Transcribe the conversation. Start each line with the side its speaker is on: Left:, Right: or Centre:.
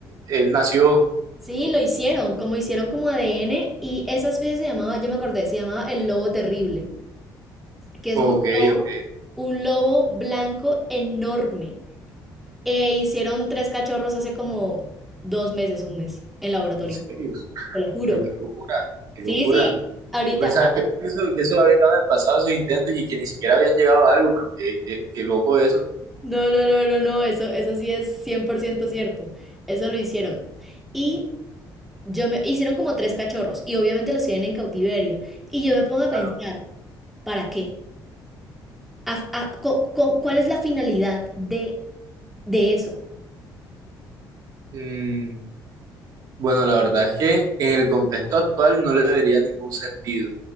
Right: él nació.
Centre: Sí, lo hicieron, como hicieron como ADN y esa especie se llamaba, ya me acordé, se llamaba el lobo terrible, que es
Right: Ok,
Centre: un lobo,
Right: ok,
Centre: un lobo blanco enorme. E hicieron tres cachorros hace como dos meses, un mes, en laboratorio,
Right: en serio.
Centre: te lo juro.
Right: Pero qué locura, qué
Centre: Sí,
Right: locura.
Centre: sí, ahorita,
Right: Yo pensaba que eso, que eso había quedado en el pasado, esos intentos, y que ni siquiera habían llegado a algo, pero qué, qué, qué loco eso.
Centre: No, no, no, no, no, eso, eso sí es 100% cierto. Eso lo hicieron. Y yo me hicieron como tres cachorros y obviamente los tienen en cautiverio. Y yo me pongo a pensar,
Right: Claro.
Centre: ¿para qué? ¿A- a- co- co- ¿Cuál es la finalidad de, de eso?
Right: Mm, bueno, la verdad es que en el contexto actual no le debería ningún sentido,